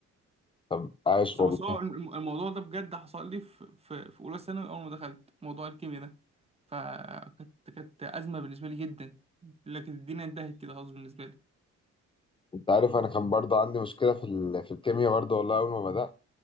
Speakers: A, on the left; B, on the right.
A: طب عايش
B: بس
A: والله
B: بس هو الم- الموضوع ده بجد حصل لي في في, في اولى ثانوي اول ما دخلت موضوع الكيمياء ده فكانت كانت ازمه بالنسبه لي جدا لكن الدنيا انتهت كده خلاص بالنسبه لي
A: انت عارف انا كان برضه عندي مشكله في ال- في الكيمياء برضه والله اول ما بدات